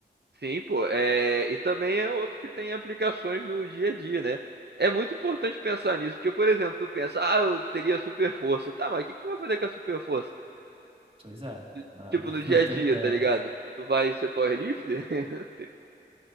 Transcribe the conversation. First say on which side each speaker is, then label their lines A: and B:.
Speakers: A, on the right; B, on the right.
A: Sim, pô. É, e também é outro que tem aplicações no dia a dia, né? É muito importante pensar nisso, porque, por exemplo, tu pensa, ah, eu teria super força. Tá, mas o que que tu vai fazer com a super força?
B: Pois é,
A: Do-
B: não,
A: Tipo,
B: não <laughs>
A: no dia
B: não tenho
A: a dia,
B: ideia.
A: tá ligado? Tu vai ser powerlifter? <laughs>